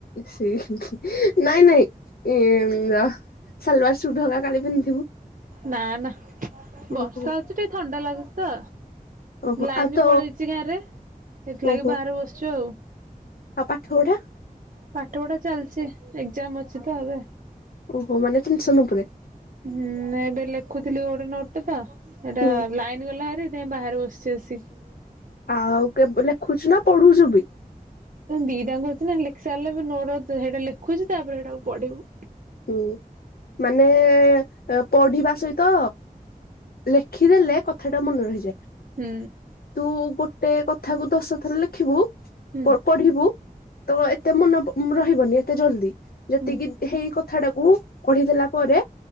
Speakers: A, on the left; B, on the right.
A: ସେ ନାଇଁ ନାଇଁ ଏ ଯ ସାଲୱାର ସୁଟ ହେକ କାଲି ପିନ୍ଧିଥିବୁ
B: ନା ନା ବର୍ଷା
A: ଓହୋ।
B: ହଉଛି ଟିକେ ଥଣ୍ଡା ଲାଗୁଚିତ।
A: ଓହୋ
B: ଲାଇନ
A: ଆଉ
B: ବି
A: ତ
B: ପଳେଇଛି ଗାଁ ରେ ସେଥିଲାଗି
A: ଓହୋ
B: ବାହାରେ ବସିଛୁ ଆଉ
A: ଆଉ ପାଠ ପଢ଼ା।
B: ପାଠ ପଢା ଚାଲିଛି ଏକ୍ଜାମ ଅଛି ତ ଏବେ।
A: ଓହୋ ମାନେ ଟେନସନ ଉପରେ।
B: ହୁଁ ଏବେ ଲେଖୁଥିଲି ଗୋଟେ ନୋଟଟେ ତ ଏଇଟା
A: ହୁଁ
B: ଲାଇନ୍ ଗଲାହାରି ସେ ବାହାରେ ବସିଛି ଆସିକି।
A: ଆଉ କେବେ ଲେଖୁଛୁ ନା ପଢୁଛୁ ବି
B: ଦିଟାଙ୍କୁ ଅଛି ନା ଲେଖି ସାରିଲେ ବି ନୋଟ ହେଇଟା ଲେଖୁଛି ତାପରେ ସେଇଟାକୁ ପଢିବୁ।
A: ହୁଁ ମାନେ ପଢିବା ସହିତ ଲେଖିଦେଲେ କଥା ଟା ମନେ ରହିଯାଏ।
B: ହୁଁ।
A: ତୁ ଗୋଟେ କଥାକୁୁ ଦଶ ଥର ଲେଖିବୁ
B: ହୁଁ
A: ପୋ ପଢିବୁ ତ ଏତେ ମନ ରହିବନି ଏତେ ଜଲଦି ଯେତିକି
B: ହୁଁ
A: ହେଇ କଥା ଟାକୁ ପଢିଦେଲା ପରେ